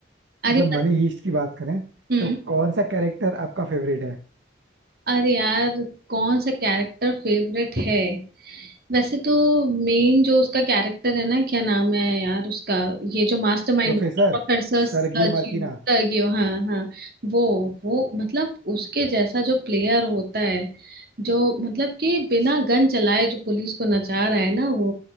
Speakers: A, on the right (about 55°); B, on the right (about 85°).
A: अरे
B: मतलब
A: पत,
B: मनी हीस्ट की बात करें
A: हम्म
B: तो कौन सा कैरेक्टर आपका फेवरेट है
A: अरे यार कौन सा कैरेक्टर फेवरेट है वैसे तो मेन जो उसका कैरेक्टर है ना क्या नाम है यार उसका ये जो मास्टरमाइंड
B: Professor
A: प्रोफेसर
B: Sergio
A: सर्जियो
B: Marquina
A: सर्जियो हाँ हाँ वो वो मतलब उसके जैसा जो प्लेयर होता है जो मतलब कि बिना गन चलाए जो पुलिस को नचा रहा है ना वो